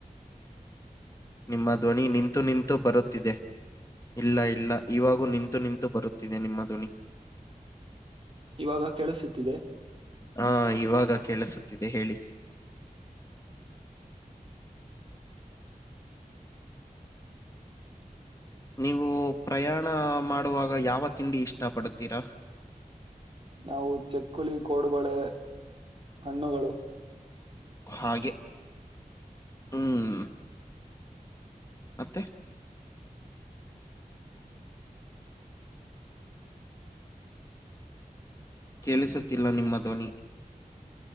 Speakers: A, on the left; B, on the right.
A: ನಿಮ್ಮ ಧ್ವನಿ ನಿಂತು ನಿಂತು ಬರುತ್ತಿದೆ ಇಲ್ಲ ಇಲ್ಲ ಇವಾಗೂ ನಿಂತು ನಿಂತು ಬರುತ್ತಿದೆ ನಿಮ್ಮ ಧ್ವನಿ
B: ಇವಾಗ ಕೇಳಿಸುತ್ತಿದೆ
A: ಹಾ ಇವಾಗ ಕೇಳಸುತ್ತಿದೆ ಹೇಳಿ ನೀವು ಪ್ರಯಾಣ ಮಾಡುವಾಗ ಯಾವ ತಿಂಡಿ ಇಷ್ಟ ಪಡತೀರಾ?
B: ನಾವು ಚಕ್ಕುಳಿ ಕೋಡುಬಳೆ ಹಣ್ಣುಗಳು
A: ಹಾಗೆ ಹ್ಮ್ ಮತ್ತೆ ಕೇಳಿಸುತ್ತಿಲ್ಲ ನಿಮ್ಮ ಧ್ವನಿ